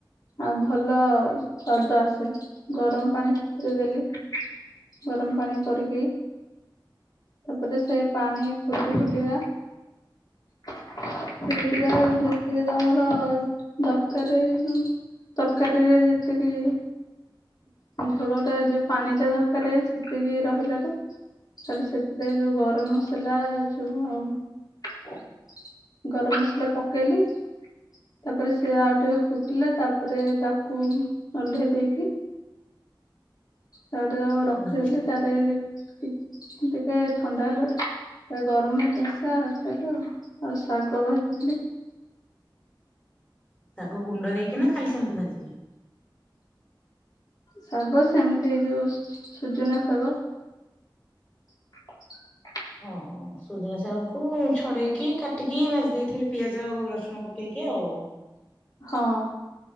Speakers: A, on the left (about 50°); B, on the left (about 20°).
A: ଆଉ ଭଲ ସ୍ୱାଦ ଆସେ ଗରମ ପାଣି ସେଥିରେ ଦେଲି। ଗରମ ପାଣି କରିକି ତାପରେ ସେ ପାଣି ଫୁଟି ଫୁଟିକା ଫୁଟି ଫୁଟିକା ଯେତିକି ତମର ଦରକାର ଏଇ ଯୋଉ ତରକାରୀରେ ଯେତିକି ଝୋଳ ଟା ଯୋଉ ପାଣି ଟା ଦରକାର ସେତିକି ରହିଲା ଠୁ ତାହଲେ ସେଥିରେ ଯୋଉ ଗରମ ମସଲା ଯୋଉ ଆଉ। ଗରମ ମସଲା ପକେଇଲି ତାପରେ ସେ ଆଉ ଟିକେ ଫୁଟିଲା ତାପ ତାପରେ ତାକୁ ଉଲ୍ହେଇ ଦେଇକି ତାପରେ ତାକୁ ରଖିଦେଲି
B: ହୁଁ।
A: ତାର ଟିକେ ଥଣ୍ଡା ହେଲା ଠୁ ଏ ଗରମ ଚାସା ଖାଇଲ, ଆଉ ଶାଗ ଭାଜିଥିଲି।
B: ଶାଗ ଗୁଣ୍ଡ ଦେଇକିନା ଖାଲି ସେମିତି ଭାଜିଲେ?
A: ଶାଗ ସେମିତି ଯୋଉ ସୁଜୁନା ଶାଗ <unintelligible>
B: ଓ ହୋ। ସୁଜୁନା ଶାଗକୁ ଛଡେଇକି କାଟିକି ଭାଜି ଦେଇଥିବେ ପିଆଜ ଆଉ ରସୁଣ ପକେଇକି ଆଉ।
A: ହଁ।